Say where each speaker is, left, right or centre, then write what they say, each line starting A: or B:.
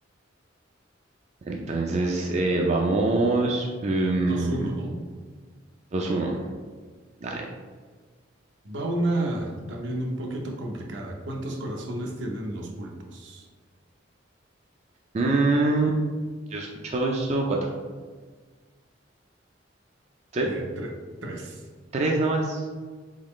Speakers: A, on the right (about 35°); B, on the right (about 70°).
A: Entonces, eh, vamos em,
B: <laughs> Dos uno ¿no?
A: 2-1. Dale.
B: Va una también un poquito complicada. ¿Cuántos corazones tienen los pulpos?
A: Mm, yo escucho eso, cuatro ¿Sí?
B: Eh, tre- tres.
A: 3 nomás.